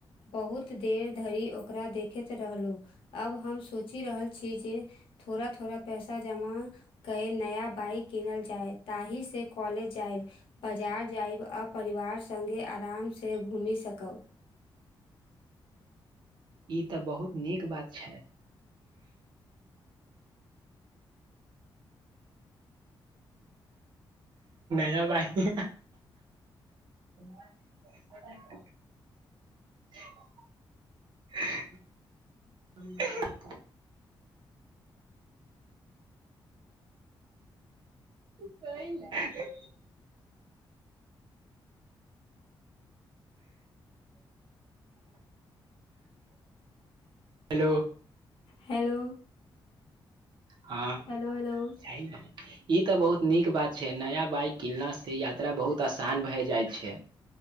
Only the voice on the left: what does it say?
बहुत देर धरि ओकरा देखैत रहलहुँ अब हम सोचि रहल छी जे थोड़ा थोड़ा पैसा जमा क नया बाइक किनल जाय ताहि से कॉलेज जायब बाजार जायब अब परिवार सङ्गे आराम से घूमि सकब
<inaudible>
हेलो
हेलो
हेलो